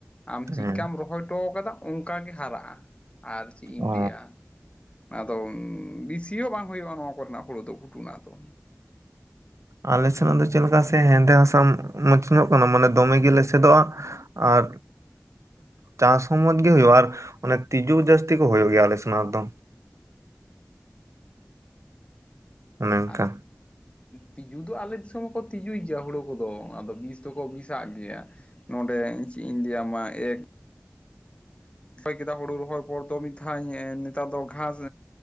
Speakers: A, on the left; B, on the right.
A: ᱟᱢ ᱪᱤᱠᱟᱢ
B: ᱦᱮᱸ
A: ᱨᱚᱦᱚᱭ ᱦᱚ ᱴᱚ ᱠᱟᱫᱟ ᱚᱱᱠᱟᱜᱮ ᱦᱟᱨᱟᱜᱼᱟ ᱟᱨ ᱪᱮᱫ ᱤᱧ
B: ᱚ
A: ᱞᱟᱹᱭᱟ ᱟᱫᱚ ᱵᱤᱥᱤ ᱦᱚᱸ ᱵᱟᱝ ᱦᱩᱭᱩᱜᱼᱟ ᱱᱚᱣᱟ ᱠᱚᱨᱮᱱᱟᱜ ᱦᱩᱲᱩ ᱫᱚ ᱜᱷᱩᱴᱩ ᱱᱟᱜ ᱫᱚ
B: ᱟᱞᱮ ᱥᱮᱱᱟᱜ ᱫᱚ ᱪᱮᱫᱠᱟ ᱥᱮ ᱦᱮᱸᱫᱮ ᱦᱟᱥᱟ ᱢᱚᱡᱽ ᱧᱚᱜ ᱠᱟᱱᱟ ᱢᱟᱱᱮ ᱫᱚᱢᱮ ᱜᱮ ᱞᱮᱥᱮᱫᱚᱜ-ᱟ ᱟᱨ ᱪᱟᱥ ᱦᱚᱸ ᱢᱚᱸᱡᱽ ᱜᱤ ᱦᱩᱭᱩᱜᱼᱟ ᱟᱨ ᱚᱱᱮ ᱛᱤᱡᱩ ᱡᱟᱹᱥᱛᱤ ᱠᱚ ᱦᱩᱭᱩᱜ ᱜᱮᱭᱟ ᱟᱞᱮ ᱥᱮᱱᱟᱜ ᱫᱚ ᱚᱱᱮ ᱚᱝᱠᱟ
A: ᱟᱨ ᱛᱤᱡᱩ ᱫᱚ ᱟᱞᱮ ᱫᱤᱥᱚᱢ ᱦᱚᱸᱠᱚ ᱛᱤᱡᱩᱭ ᱜᱮᱭᱟ ᱦᱩᱲᱳ ᱠᱚᱫᱚ ᱟᱫᱚ ᱵᱤᱥ ᱫᱚ ᱠᱚ ᱵᱤᱥᱟᱜ ᱜᱮᱭᱟ ᱱᱚᱸᱰᱮ ᱪᱤᱜ ᱤᱧ ᱞᱟᱹᱭ ᱟᱢᱟ ᱮᱠ ᱠᱮᱫᱟ ᱦᱩᱲᱩ ᱨᱚᱦᱚᱭ ᱯᱚᱨ ᱫᱚ ᱢᱤᱫ ᱫᱷᱟᱣ ᱱᱮᱛᱟᱨ ᱫᱚ ᱜᱷᱟᱥ